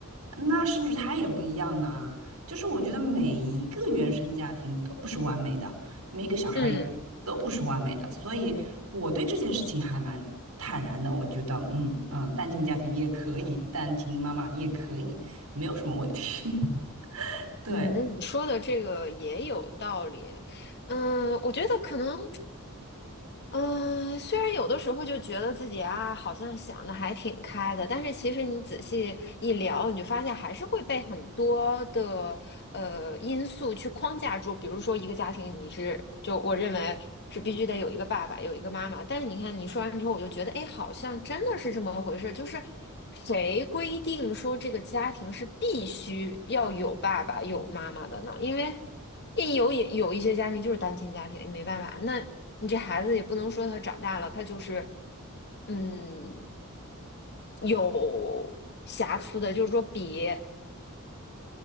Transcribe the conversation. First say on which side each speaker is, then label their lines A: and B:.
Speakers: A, on the right (about 80°); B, on the left (about 50°).
A: 那是不是他也不一样呢？就是我觉得每一个原生家庭都不是完美的，每一个小孩儿也都不是完美的，
B: 嗯
A: 所以我对这件事情还蛮坦然的。我觉得，嗯嗯，单亲家庭也可以，单亲妈妈也可以，没有什么问题。<laughs> 对。
B: 嗯，你说的这个也有道理。嗯，我觉得可能，嗯，虽然有的时候就觉得自己啊，好像想的还挺开的，但是其实你仔细一聊，你就发现还是会被很多的呃因素去框架住，比如说一个家庭，你是就我认为是必须得有一个爸爸，有一个妈妈。但是你看你说完之后，我就觉得，哎，好像真的是这么回事，就是谁规定说这个家庭是必须要有爸爸有妈妈的呢？因为也有也有一些家庭就是单亲家庭，没办法，那你这孩子也不能说他长大了，他就是嗯有瑕疵的，就是说比